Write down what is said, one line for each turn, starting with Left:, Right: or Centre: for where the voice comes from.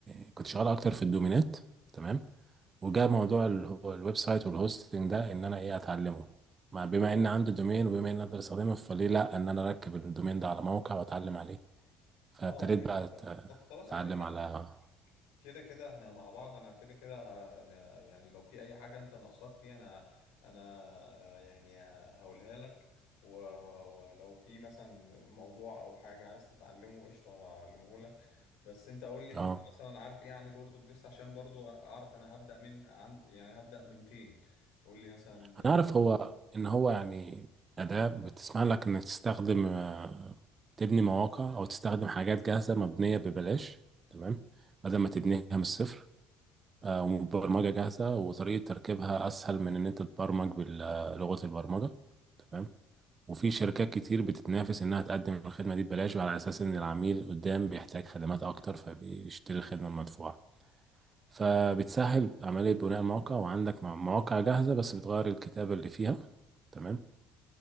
Right: آه، كنت شغال اكتر في الدومينات تمام وجاء موضوع ال- هو الويب سايت والهوستنج ده ان انا ايه اتعلمه مع- بما ان عندي دومين وبما ان اقدر استخدمه فليه لا ان انا اركب الدومين ده على موقع واتعلم عليه فابتديت
Left: اه حلو
Right: بقى أت-
Left: طب خلاص
Right: اتعلم
Left: يا باشا
Right: على
Left: كده كده احنا مع بعض انا كده كده ه- أنا يعني لو في اي حاجة انت ناقصاك فيها انا انا آه، يعني هقولها لك و- و- ولو في مثلا موضوع او حاجة عايز تتعلمه قشطة هعلمه لك بس انت قول لي
Right: اه
Left: انت مثلا عارف ايه عن الورد بريس عشان برضو اعرف انا هبدأ من عن يعني هبدأ من فين قول لي مثلا
Right: هنعرف هو ان هو يعني اداة بتسمح لك انك تستخدم آه، تبني مواقع او تستخدم حاجات جاهزة مبنية ببلاش تمام بدل ما تبنيها من الصفر آه، وبرمجة جاهزة وطريقة تركيبها اسهل من ان انت تبرمج بلغة البرمجة تمام وفي شركات كتير بتتنافس انها تقدم الخدمة دي ببلاش وعلى اساس ان العميل قدام بيحتاج خدمات اكتر فبيشتري الخدمة المدفوعة فبتسهل عملية بناء الموقع وعندك مواقع جاهزة بس بتغير الكتابة اللي فيها تمام